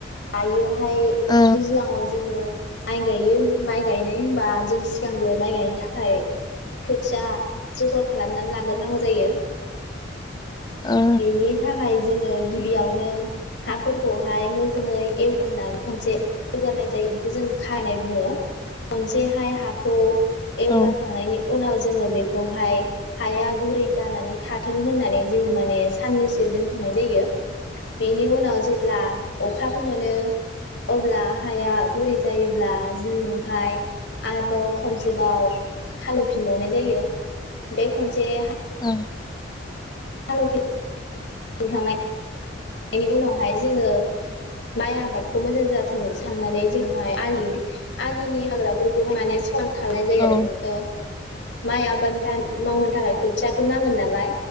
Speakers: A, on the left (about 70°); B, on the left (about 20°).
A: गायो। हाय
B: ओ
A: दैज्लाङाव जोङो। माइ गायो माइ गायनाय होबा जों सिगांगो माइ गायनो थाखाय खोथिया जुगार खालामनानै लाग्रोनांगौ जायो।
B: ओ
A: बेनि थाखाय। जोङो गिबियावनो हाफोरखौहाय मोजाङै एवगारनानै खनसे एवगारनाय जायो बेखौ जों खानाय बुङो खनसेहाय हाखौ। एवगारखांनायनि
B: औ
A: उनाव जोङो बे। खौहाय हाया गुरै जानानै थाथों होननानै जोङो माने। साननैसो दोनथ'नाय जायो बेनि उनाव जे। ब्ला अखाबो मोनो। अब्ला हाया गुरै जायोब्ला जोङोहाय आरोबाव खनसेबाव हालेव फिनबावनाय जायो बे खनसे हा
B: ओं।
A: हालेव फि खांनाय। बेनि उनावहाय जोङो माइ आबादखौ मोजां जाथों साननानै जोंहाय आलि आलिनि हाग्राफोरखौहाय माने स खांनाय जायो
B: ओ
A: आरो औ। माइ आबाद था मावनो थाखाय खोथियाथ' नांगोन नालाय।